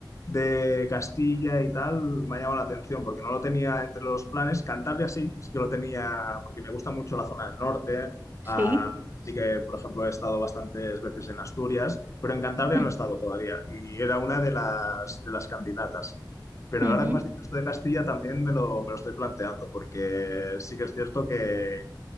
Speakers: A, on the left (about 40°); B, on the right (about 25°).
A: de Castilla y tal, me ha llamado la atención porque no lo tenía entre los planes. Cantabria sí, sí que lo tenía porque me gusta mucho la zona del norte.
B: Sí.
A: Ah, sí que, por ejemplo, he estado bastantes veces en Asturias, pero en Cantabria
B: <clears throat>
A: no he estado todavía y era una de las, de las candidatas. Pero
B: Ujú.
A: ahora que me has dicho esto de Castilla, también me lo, me lo estoy planteando, porque sí que es cierto que